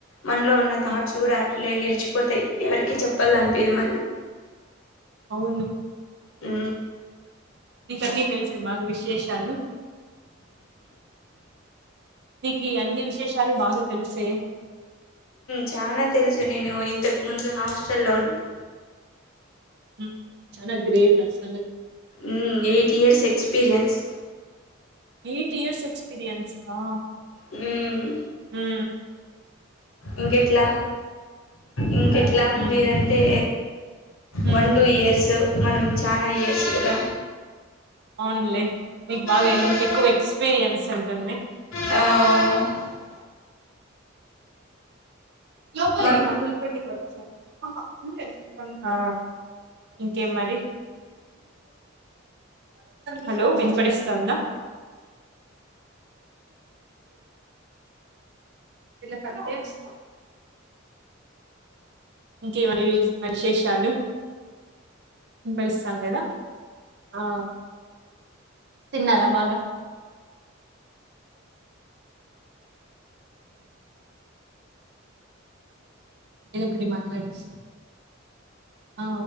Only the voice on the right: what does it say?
ఉమ్,
ఉను
మీకన్నీ తెలిసే మా విశేషాలు నీకు అన్ని విశేషాలు బాగా తెలిసే
ఉమ్, చాలా గ్రేట్ అసలు
eight years ఎక్పీీరియన్సా
ఉ
ఉమ్,
ఉమ్,
ఓన్లీ మీకు బాగ
ఎక్కువ ఎక్స్పీరియన్స్ ఉంటుంది
లోపలే
<unintelligible> ఆ ఇంకేం మరి హలో వినపడిస్తుందా పిల్ల కత్తేజ్ ఇంకేం మరి విశేషాలు వినపడిస్తాంది కదా ఆ తిన్నారా బాగా ఏదో ఒక ఒకటి మాట్లాడి స్ ఆ